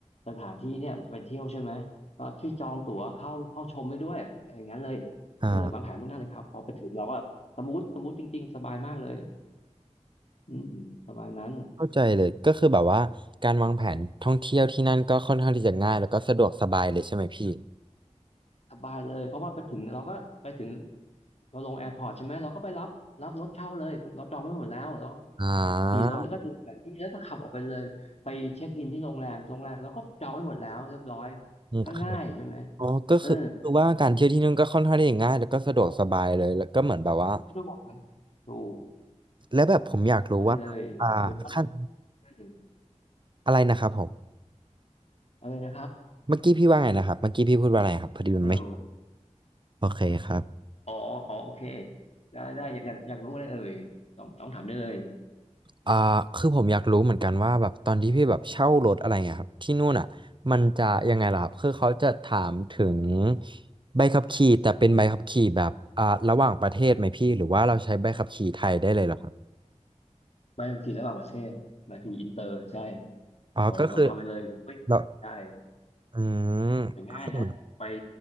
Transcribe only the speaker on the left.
สถานที่เนี่ยจะไปเที่ยวใช่ไหมก็ช่วยจองตั๋วเข้าเข้าชมให้ด้วยอย่างนั้นเลย
เออวางแผนล่วงหน้าเลยครับพอไปถึงเราก็สมูทสมูทจริงๆสบายมากเลยอืมประมาณนั้น
สบายเลยเพราะว่าไปถึงเราก็ไปถึงเราลงแอร์พอร์ตใช่ไหมเราก็ไปรับรับรถเช่าเลยเราจองไว้หมดแล้วแล้ว
ขี่รถแล้วก็ดูแผนที่แล้วก็ขับออกไปเลยไปเช็คอินที่โรงแรมโรงแรมเราก็จองไว้หมดแล้วเรียบร้อยมันก็ง่ายใช่ไหม
เออไม่ต้องบอกกันถูก
ได้เลยถือว่าได้เลย
เอาเลยนะครับ
ฮัลโหล
อ๋ออ๋อโอเคได้ได้อยากอยากอยากรู้อะไรเอ่ยลองลองถามได้เลย
ไปขี่ระหว่างประเทศมาขี่อินเตอร์ใช่
เราลองทำไปเลยอุ้ยใช่
แต่ง่ายนะไป